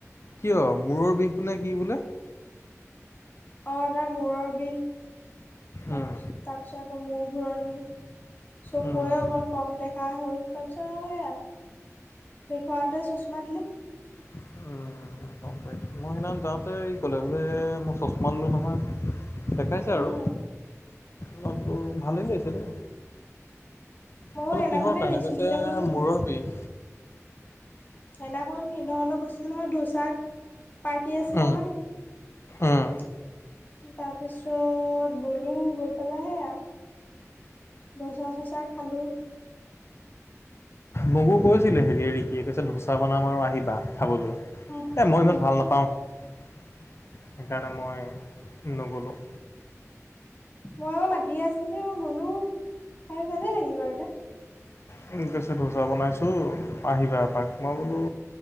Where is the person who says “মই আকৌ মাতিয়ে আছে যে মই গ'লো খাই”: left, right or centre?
Left